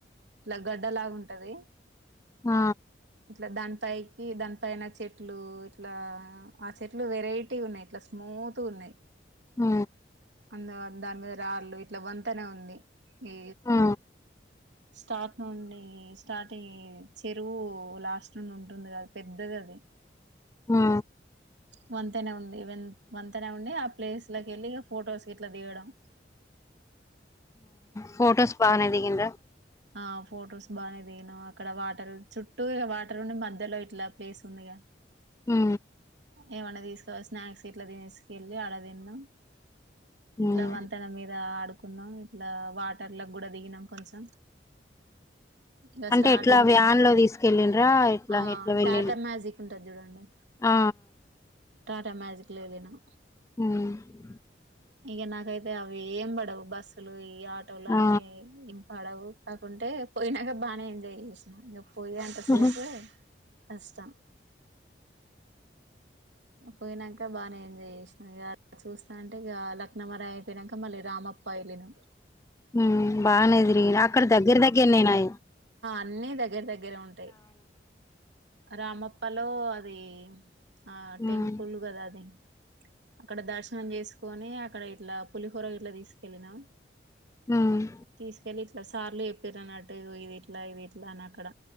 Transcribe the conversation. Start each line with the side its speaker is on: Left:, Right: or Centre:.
Right: ఇలా గడ్డ లాగా ఉంటది.
Left: ఆ
Right: ఇట్లా దానిపైకి దానిపైన చెట్లు ఇట్లా ఆ చెట్లు వెరైటీ ఉన్నాయి ఇట్లా స్మో. స్మూత్ గా ఉన్నాయి.
Left: హ
Right: అందు దాని మీద రాళ్ళు ఇట్లా వంతనే ఉంది ఈ
Left: ఆ
Right: స్టార్ట్ నుండి స్టార్టింగ్ చెరువు లాస్ట్ నుండి ఉంటుంది కదా పెద్దది అది.
Left: ఆ
Right: వంతెన ఉంది వన్ వంతెనే ఉండి ఆ ప్లేస్ లోకి వెళ్ళి ఫొటోస్ గిట్ల దిగడం.
Left: ఫొటోస్ బాగానే దిగింరా
Right: ఆ ఫొటోస్ బాగానే దిగినం అక్కడ వాటర్ చుట్టూ వాటర్ ఉండి మధ్యలో ఇట్లా ప్లేస్ ఉంది. <unintelligible>
Left: హు
Right: ఏమన్నా తీసుకోవాలి స్నాక్స్ ఇట్లా తీసుకెళ్ళి అడ తిన్నా ఇట్లా
Left: ఉమ్
Right: వంతెన మీద ఆడుకున్నాం ఇట్లా వాటర్ల కూడా దిగినాం కొంచెం. ఇగ
Left: అంటే
Right: స్టార్టింగ్
Left: ఎట్లా వ్యాన్ లో తీసుకెళ్ళండ్రా ఎట్లా
Right: ఆ!
Left: ఎట్లా వెళ్
Right: టాటా మ్యాజిక్ ఉంటది జూడండి.
Left: ఆ
Right: టాటా మ్యాజిక్ లో వెళ్ళినాం
Left: మ్
Right: ఇక నాకైతే అవి ఏం పడవు బస్సులు ఈ ఆటోలు అని
Left: ఆ
Right: ఇం పడవు కాకుంటే పోయినాక బానే ఎంజాయ్ చేసిన ఇంక పోయే అంతసేపు
Left: ఉహు,
Right: కష్టం పోయినాక బానే ఎంజాయ్ చేసినా ఇగ ఇ చూస్తాంటే ఇక లక్నం వర అయిపోయినాక మళ్ళీ రామప్ప వెళ్ళిన
Left: మ్మ్ బానే తిరిగినృ అక్కడ దగ్గర దగ్గర నయినాయి
Right: అన్నీ దగ్గర దగ్గరే ఉంటాయి రామప్పలో అది ఆ
Left: ఉమ్
Right: టెంపుల్ కదా అది అక్కడ దర్శనం చేసుకొని అక్కడ ఇట్లా పులిహోర ఇట్లా తీసుకెళ్ళినాం
Left: ఉమ్
Right: తీసుకెళ్ళి సార్లు చెప్పిరు అన్నట్టు ఇది ఇట్ల ఇది ఇట్ల అని అక్కడ